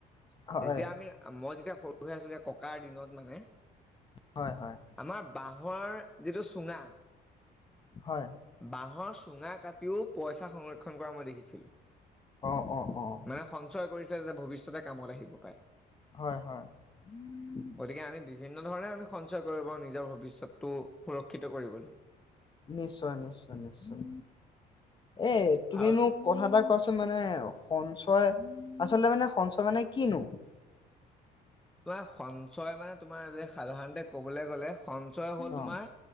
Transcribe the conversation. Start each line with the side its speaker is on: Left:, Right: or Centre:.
Left: হয়
Centre: যেতিয়া আমি মই যেতিয়া সৰু আছিলো যে ককাৰ দিনত মানে।
Left: হয় হয়
Centre: আমাৰ বাঁহৰ যিটো চুঙা।
Left: হয়।
Centre: বাঁহৰ চুঙা কাটিও পইচা সংৰক্ষণ কৰা মই দেখিছিলো।
Left: অ' অ' অ'।
Centre: মানে সঞ্চয় কৰিছে যে ভৱিষ্যতে কামত আহিব পাৰে।
Left: হয় হয়। <unintelligible>
Centre: গতিকে আমি বিভিন্ন ধৰণে আমি সঞ্চয় কৰিব নিজৰ ভৱিষ্যতটো সুৰক্ষিত কৰিবলে।
Left: নিশ্চয়, নিশ্চ, য় নিশ্চয়। এই তুমি
Centre: আৰু
Left: মোক কথা এটা কোৱাচোন মানে সঞ্চয়, আচলতে মানে সঞ্চয় মানে কিনো?
Centre: তোমাৰ সঞ্চয় মানে তোমাৰ যে সাধাৰণতে ক'বলৈ গ'লে সন্ ঞ্চয় হ'ল
Left: অ
Centre: তোমাৰ,